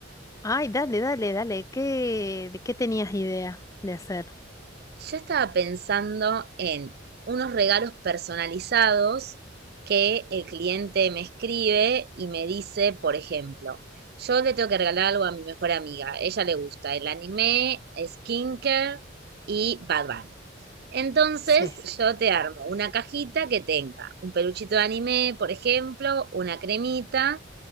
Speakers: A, on the left; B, on the right.
A: Ay, dale, dale, dale. ¿Qué, de qué tenías idea de hacer?
B: Yo estaba pensando en unos regalos personalizados que el cliente me escribe y me dice, por ejemplo, yo le tengo que regalar algo a mi mejor amiga. Ella le gusta el anime, skincare y Bad Bunny. Entonces,
A: Sí.
B: yo te armo una cajita que tenga un peluchito de anime, por ejemplo, una cremita